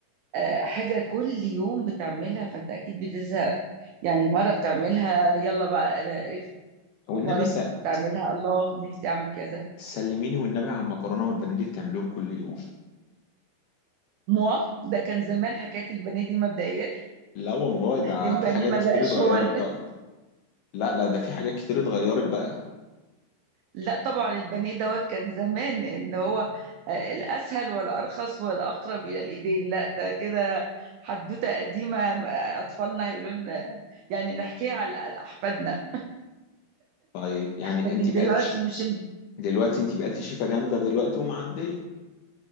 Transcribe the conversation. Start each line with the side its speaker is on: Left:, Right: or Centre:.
Right: آه، حاجة كل يوم بتعملها فأنت أكيد بتزهق يعني مرة بتعملها يلا بقى أنا قرفت
Left: والنبي
Right: ومرة
Left: سأل
Right: بتعملها الله نفسي أعمل كذا
Left: سلميني والنبي على المكرونه والبانيه اللي بتعمليهم كل يوم
Right: موا ده كان زمان حكاية البانيه دي مبدئيا
Left: لا والله ده
Right: البانيه
Left: في حاجات
Right: ما
Left: كتير
Right: بقاش
Left: اتغيرت
Right: هو ال...
Left: بقى لا لا ده في حاجات كتير اتغيرت بقى
Right: لا طبعا البانيه دوت كان زمان ان هو آه، الاسهل والارخص والأقرب إلى الإيدين لا ده كده حدوتة قديمة أطفالنا هيقولوا لنا يعني نحكيها على على أحفادنا
Left: طيب يعني
Right: لكن
Left: انت بقيتي
Right: دلوقتي
Left: ش-
Right: مش ال-
Left: دلوقتي انت بقيتي شيفه جامده دلوقتي ومعديه